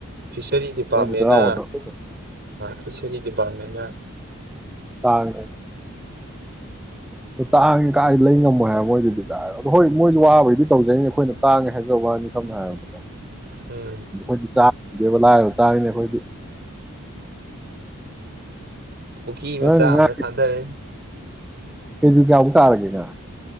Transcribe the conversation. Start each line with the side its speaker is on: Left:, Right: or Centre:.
Right: ꯐꯤꯁꯔꯤ ꯗꯤꯄꯥꯔꯠꯃꯦꯟꯅ
Centre: ꯃꯣꯏꯅ ꯆꯩꯔꯥꯎꯕꯗꯣ
Right: ꯐꯤꯁꯔꯤ ꯗꯤꯄꯥꯔꯠꯃꯦꯟ
Centre: ꯇꯥꯡ ꯇꯥꯡ ꯀꯥꯏ ꯂꯩ ꯉꯝꯃꯣꯏ ꯍꯥꯏꯕ ꯃꯣꯏꯗꯗꯤ ꯑꯗꯣ ꯍꯣꯏ ꯃꯣꯏꯁꯨ ꯋꯥꯕꯩꯗꯤ ꯇꯧꯖꯩꯅꯦ ꯑꯩꯈꯣꯏꯅ ꯇꯥꯡꯉꯦ ꯍꯥꯏꯖꯕ ꯋꯥꯅꯤ ꯁꯝꯅ ꯍꯥꯏꯔꯕꯗꯀꯣ
Right: ꯎꯝ
Centre: ꯑꯩꯈꯣꯏ ꯆ ꯗꯦꯕ ꯂꯥꯏꯔꯣ ꯆꯥꯔꯤꯅꯦ ꯑꯩꯈꯣꯏꯗꯤ
Right: ꯄꯨꯈ꯭ꯔꯤ ꯃꯆꯥ
Centre: ꯪ ꯉꯥ
Right: ꯑꯃꯗ ꯊꯥꯗꯔꯦ
Centre: ꯀꯦꯖꯤ ꯀꯌꯥꯃꯨꯛ ꯇꯥꯔꯒꯦ ꯉꯥ